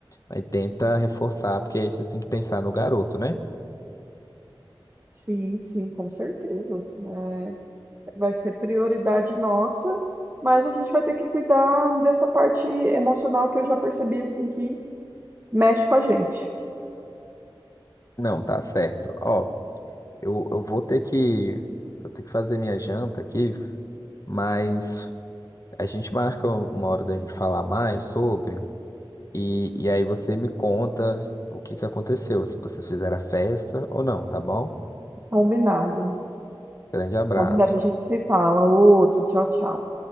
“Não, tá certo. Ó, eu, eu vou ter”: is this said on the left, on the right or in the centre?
Left